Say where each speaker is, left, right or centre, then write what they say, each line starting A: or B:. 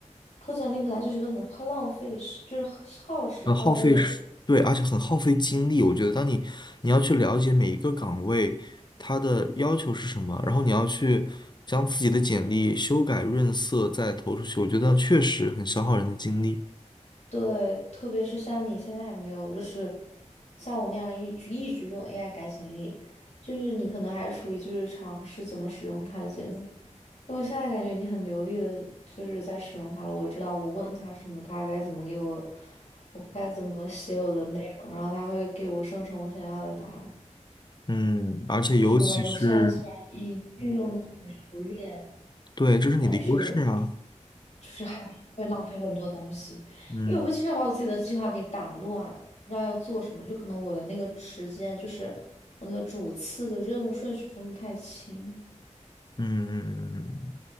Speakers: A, on the left; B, on the left.
A: 投简历本来就是一个很耗浪费时，就是很耗时耗力的事。
B: 很耗费时，对，而且很耗费精力。我觉得，当你你要去了解每一个岗位它的要求是什么，然后你要去将自己的简历修改润色再投出去，我觉得确实很消耗人的精力。
A: 对，特别是像你现在还没有，就是像我那样一直一直用 AI 改简历，就是你可能还处于就是尝试怎么使用它的阶段。因为我现在感觉你很流利的就是在使用它了，我知道我问它什么，它该怎么给我，我该怎么写我的内容，然后它会给我生成我想要的答案。
B: 嗯，而且尤其是，
A: 就是我感觉我现在虽然已运用的很熟练。
B: 对，这是你的优势啊。
A: 但是就是还是会浪费很多东西，
B: 嗯
A: 因为我会经常把我自己的计划给打乱，不知道要做什么，就可能我的那个时间就是我那个主次的任务顺序分不太清，
B: 嗯嗯嗯嗯